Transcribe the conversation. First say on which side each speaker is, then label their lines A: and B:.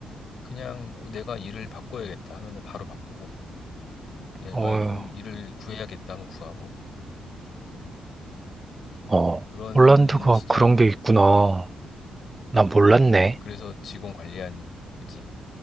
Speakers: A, on the left (about 65°); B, on the right (about 25°).
A: 그냥 어, 내가 일을 바꿔야겠다 하면은 바로 바꾸고, 내가
B: 어,
A: 좀 일을 구해야겠다 하면 구하고,
B: 어,
A: 그런
B: 홀란드가
A: 시장인
B: 그런
A: 것
B: 게 있구나.
A: 같아.
B: 나 몰랐네.
A: 그래서 직원 관리하는, 그치.